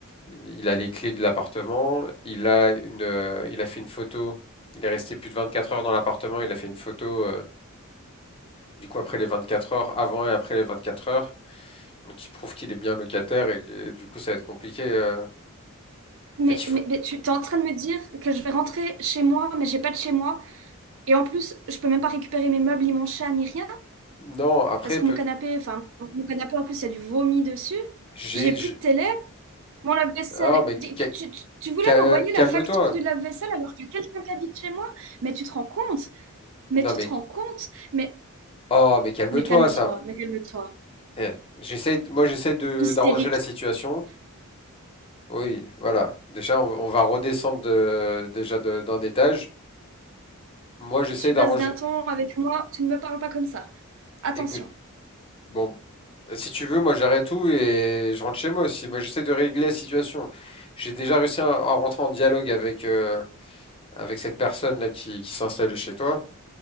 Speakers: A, on the left; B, on the right.
A: il a les clés de l'appartement, il a une, euh, il a fait une photo, il est resté plus de 24 heures dans l'appartement, il a fait une photo euh, du coup après les 24 heures, avant et après les 24 heures, donc il prouve qu'il est bien locataire et, et du coup ça va être compliqué. euh. En
B: Mais,
A: fait, il faut...
B: mais, mais tu t'es en train de me dire que je vais rentrer chez moi, mais j'ai pas de chez moi. Et en plus, je peux même pas récupérer mes meubles, ni mon chat, ni rien.
A: Non, après,
B: Parce que
A: peut...
B: mon canapé, enfin, mon canapé en plus, il y a du vomi dessus.
A: j'ai...
B: J'ai plus
A: j'ai-
B: de télé. Mon lave-vaisselle.
A: Oh, mais qui-
B: Tu,
A: ca-
B: tu, tu tu voulais
A: ca-
B: m'envoyer
A: calme-toi.
B: la facture du lave-vaisselle alors qu'il y a quelqu'un qui habite chez moi? Mais tu te rends compte? Mais
A: Non,
B: tu
A: mais...
B: te rends compte? Mais,
A: Oh, mais calme-toi,
B: mais calme-toi,
A: ça...
B: mais calme-toi.
A: Eh, j'essaie... de- Moi, j'essaie de...
B: Hystérique.
A: d'arranger la situation. Oui, voilà. Déjà, on, on va redescendre de- déjà de- d'un étage. Moi, j'essaye
B: Tu
A: d'arranger.
B: baisses d'un ton avec moi, tu ne me parles pas comme ça. Attention.
A: Écoute, bon, si tu veux, moi j'arrête tout et je rentre chez moi aussi. Moi, j'essaie de régler la situation. J'ai déjà réussi à, à rentrer en dialogue avec euh, avec cette personne là qui, qui s'est installée chez toi.